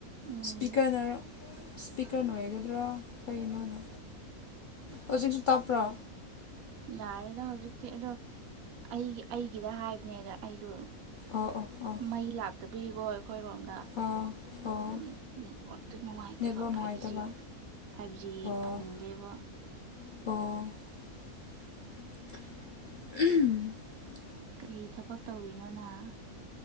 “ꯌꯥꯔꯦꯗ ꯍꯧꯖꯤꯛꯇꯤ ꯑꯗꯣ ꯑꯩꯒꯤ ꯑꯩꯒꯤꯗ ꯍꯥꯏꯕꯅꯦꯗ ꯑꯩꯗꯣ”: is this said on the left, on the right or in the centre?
Right